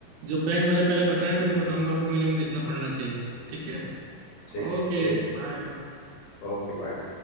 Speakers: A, on the right; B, on the left.
A: जो बैंक वाले पहले बताएं तो
B: जी
A: मैं बताऊंगा आपको मिनिमम कितना पड़ना चाहिए ठीक है
B: ठीक
A: Okay
B: है ठीक
A: bye
B: Okay bye